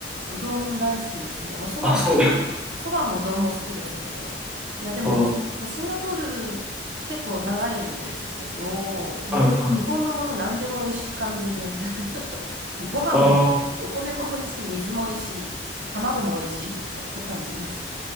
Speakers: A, on the right; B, in the centre.
A: あ。うどん大好きですね。まあ、そばも
B: あ、そうだ。
A: そばもうどんも好きですけど、いや、でも、
B: あ、は
A: もうシンガポール結構長いんですけど、もう日本のもの何でも美味しく感じる。
B: い、はい。
A: <laughs> もうご飯も、
B: あ
A: お米も美味しい、水も美味しい、卵も美味しいみたいな感じです。